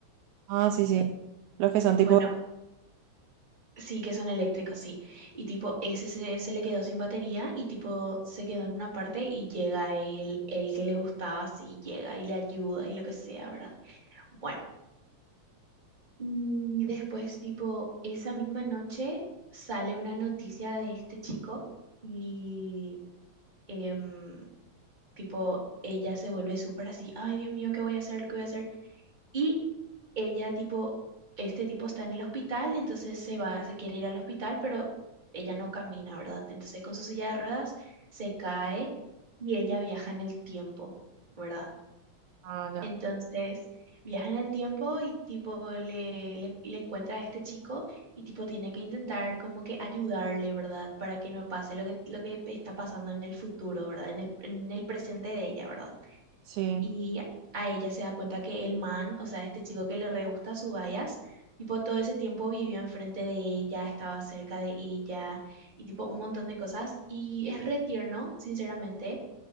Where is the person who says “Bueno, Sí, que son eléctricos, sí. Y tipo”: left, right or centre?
Right